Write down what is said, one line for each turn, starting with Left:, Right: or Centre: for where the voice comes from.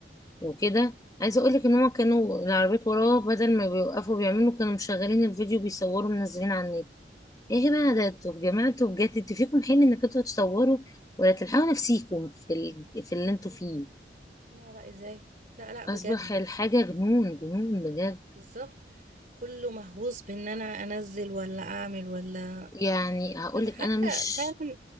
Left: وكده عايزه اقول لك ان هما كانوا العربيات وراه بدل ما بيوقفوا بيعملوا كانوا مشغلين الفيديو بيصوروا منزلين على النت يا
Right: بالظبط
Left: جماعه ده انتوا يا جماعه انتوا بجد انتوا فيكم حين انك انتوا تصوروا ولا تلحقوا نفسيكم في ال... في اللي انتوا فيه
Right: لا لا ازاي لا لا بجد
Left: اصبح الحاجه جنون جنون بجد
Right: بالظبط كله مهووس بان انا انزل ولا اعمل ولا
Left: يعني هقول
Right: طب
Left: لك
Right: حتى
Left: انا مش
Right: فعلا